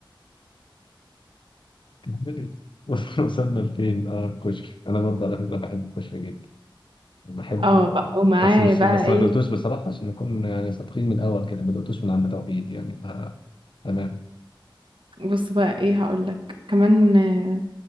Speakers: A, on the left (about 65°); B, on the right (about 70°).
A: كملي وص- وصلنا لفين اه الكشري انا برضه على فكره بحب الكشري جدا بحبه
B: اه بقى ومعاه
A: بس مش
B: بقى
A: بس
B: ايه
A: ما دقتوش بصراحه عشان نكون يعني صادقين من الاول كده ما دقتوش من عم توحيد يعني ف تمام
B: بص بقى ايه هقول لك كمان آه،